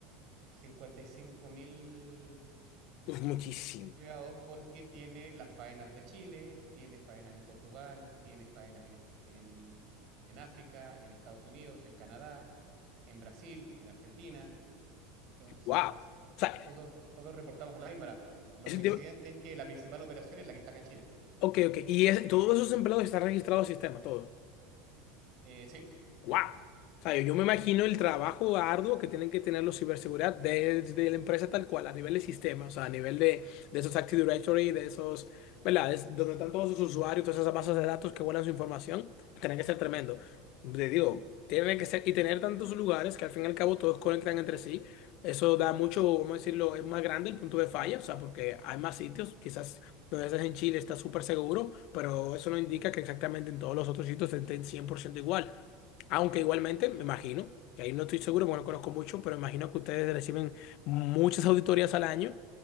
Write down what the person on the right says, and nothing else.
55.000
empleados porque tiene las faenas de Chile, tiene faenas en Portugal, tiene faenas en, en en África, en Estados Unidos, en Canadá, en Brasil, en Argentina. Entonces,
y todos, todos reportamos a la misma hora. Lo
coincidente es que la principal operación es la que está acá en Chile.
Eh, sí,